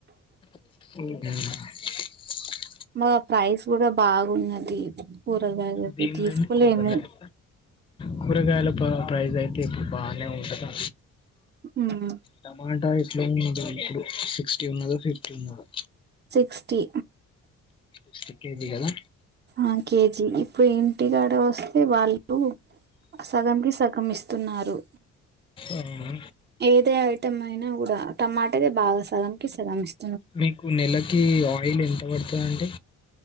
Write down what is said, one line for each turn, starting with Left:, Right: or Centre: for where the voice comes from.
Left: <unintelligible>
Right: మా ప్రైస్ కూడా బాగున్నది కూరగాయలది
Left: భీం
Right: తీసుకోలేము
Left: లేండి కూరగాయల కూరగాయల పా ప్రైస్ అయితే ఇప్పుడు బానే ఉంటద
Right: ఉమ్
Left: టమోటా అయి లో ఇప్పుడు సిక్స్టీ ఉన్నదా ఫిఫ్టీ ఉన్నదా
Right: సిక్స్టీ
Left: ఒక కేజీ కదా
Right: ఆ కేజీ ఇప్పుడు ఇంటికాడ వస్ అంటే వాళ్లకు సగం కి సగం ఇస్తున్నారు
Left: అవునా
Right: ఏదే ఐటమ్ అయినా కూడా టమోటా అయితే బాగా సగం కి సగం ఇస్
Left: మీకు నెలకి ఆయిల్ ఎంత పడుతది అండి